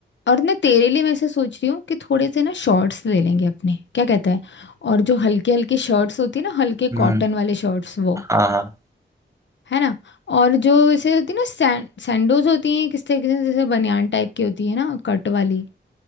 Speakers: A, on the left (about 70°); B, on the right (about 15°).
A: और ना तेरे लिए मैं ऐसा सोच रही हूँ कि थोड़े से ना शॉर्ट्स ले लेंगे अपने क्या कहता है और जो हल्के हल्के शर्ट्स होती है ना हल्के
B: हम्म
A: कॉटन वाले शर्ट्स वो
B: हाँ हाँ
A: है ना और जो इसे होती है ना सैं, सैंडोज होती हैं किस तरीके से जैसे बनियान टाइप की होती है ना कट वाली